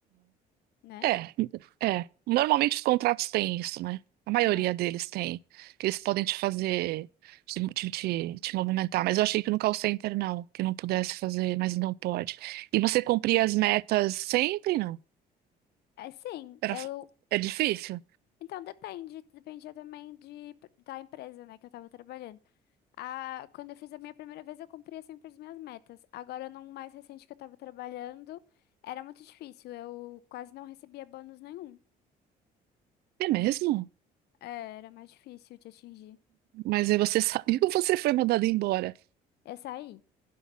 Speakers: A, on the left; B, on the right.
A: né?
B: É, é. Normalmente os contratos têm isso, né? A maioria
A: É,
B: deles tem, que eles podem te fazer, te, te, te, te movimentar. Mas eu achei que no call center não, que não pudesse fazer, mas não pode. E você cumprir as metas sempre, não.
A: É, sim,
B: Era,
A: eu
B: é difícil?
A: Então, depende, dependia também de, da empresa, né, que eu tava trabalhando. Ah, quando eu fiz a minha primeira vez, eu cumpria sempre as minhas metas. Agora, num mais recente que eu tava trabalhando, era muito difícil, eu quase não recebia bônus nenhum.
B: É mesmo?
A: É, era mais difícil de atingir.
B: Mas aí você <laughs> sabe que você foi mandado embora.
A: Eu saí,